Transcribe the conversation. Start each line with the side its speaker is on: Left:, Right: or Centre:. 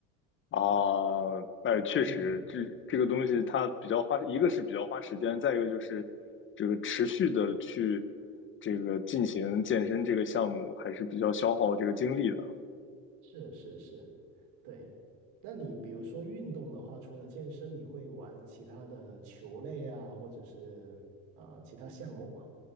Left: 啊。那确实，
Right: 嗯。
Left: 这这个东西它比较花，一个是比较花时间，再一个就是这个持续的去这个进行健身这个项目还是比较消耗这个精力的。
Right: 是是是，对。那你比如说运动的话，除了健身，你会玩其他的球类啊，或者是啊、呃其他项目吗？